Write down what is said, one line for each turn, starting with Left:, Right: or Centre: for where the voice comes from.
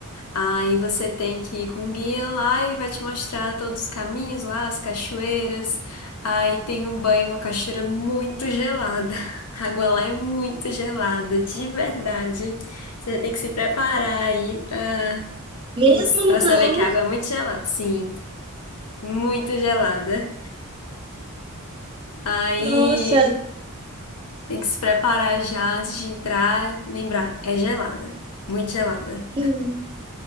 Left: Aí você tem que ir com um guia lá, ele vai te mostrar todos os caminhos lá, as cachoeiras. Aí tem um banho numa cachoeira muito gelada. <laughs> A água lá é muito gelada, de verdade. Você tem que se preparar aí pra,
Right: Mesmo
Left: que-
Right: no
Left: pra
Right: calor?
Left: saber que a água é muito gelada. Sim, muito gelada. Aí
Right: Nossa.
Left: tem que se preparar já antes de entrar, lembrar, é gelada, muito gelada.
Right: Hum.